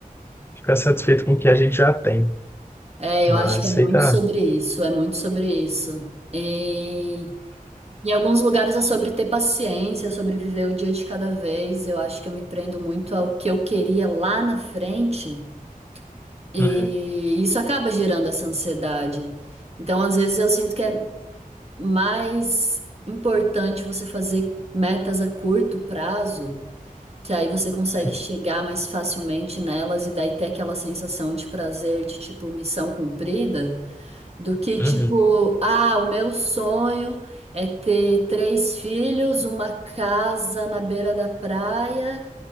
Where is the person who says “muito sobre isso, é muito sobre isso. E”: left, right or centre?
Right